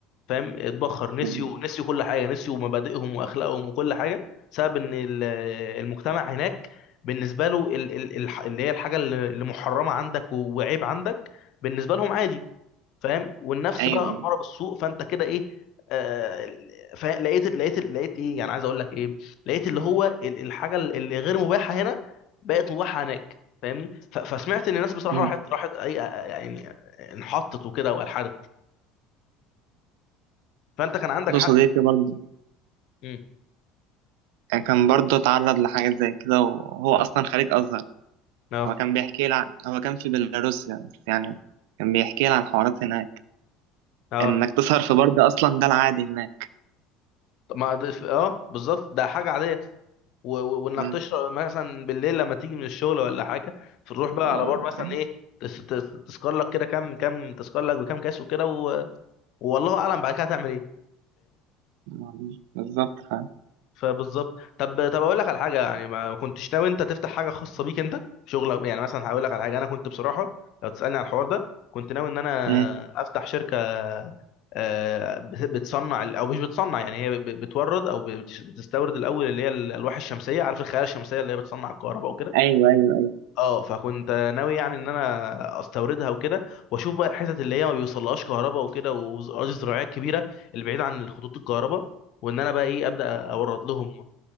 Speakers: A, on the left (about 50°); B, on the right (about 60°).
A: فاهم اتبخر نسيوا
B: مم.
A: نسيوا كل حاجه نسيوا مبادئهم واخلاقهم وكل حاجه بسبب ان ال- المجتمع هناك بالنسبه له ال- ال- الح- اللي هي الحاجه اللي اللي محرمه عندك وعيب عندك بالنسبه لهم عادي فاهم والنفس
B: ايوه
A: بقى اماره بالسوء فانت كده ايه آه فا- لقيت لقيت لقيت ايه يعني عايز اقول لك ايه لقيت اللي هو ال- الحاجه اللي غير مباحه هنا بقت مباحه هناك فاهمني ف- فسمعت ان الناس بصراحه
B: مم.
A: راحت راحت اي يعني انحطت وكده والحدت فانت كان عندك
B: عنده
A: حق
B: صديقي
A: في الحته
B: برضه
A: امم
B: كان برضه اتعرض لحاجات زي كده وهو أصلا خريج أزهر
A: اه
B: هو كان بيحكي لي عن... هو كان في بيلاروسيا بس يعني كان بيحكي لي عن حوارات هناك
A: اه
B: إنك تسهر في برد أصلا ده العادي هناك
A: طب ما ده- اه بالظبط ده حاجه عاديه و- و- وانك
B: مم.
A: تشرب مثلا بالليل لما تيجي من الشغل ولا حاجه فتروح بقى
B: ما-
A: على بار مثلا
B: إيه،
A: ايه تس- تس- تسكر لك كده كام كام تسكر لك بكام كاس وكده و- والله اعلم بعد كده هتعمل ايه
B: ما- بالظبط فاهم
A: فبالظبط طب طب اقول لك على حاجه يعني ما كنتش ناوي انت تفتح حاجه خاصه بيك انت شغلك يعني مثلا هقول لك على حاجه انا كنت بصراحه لو تسالني على الحوار ده كنت ناوي ان انا
B: مم.
A: افتح شركه آه، بت- بتصنع ال- او مش بتصنع يعني هي ب- ب- بتورد او بتش- بتستورد الاول اللي هي ال- الالواح الشمسيه عارف الخلايا الشمسيه اللي هي بتصنع الكهرباء وكده
B: أيوه أيوه
A: اه فكنت ناوي يعني ان انا استوردها وكده واشوف بقى الحتت اللي هي ما بيوصلهاش كهرباء وكده واراضي زراعيه كبيره البعيده عن خطوط الكهرباء وان انا بقى ايه ابدا اورد لهم